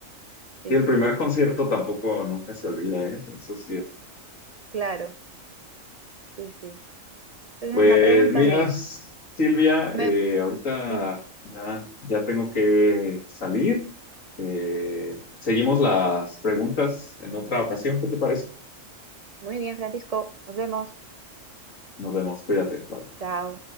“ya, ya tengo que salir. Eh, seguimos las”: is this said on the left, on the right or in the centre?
Left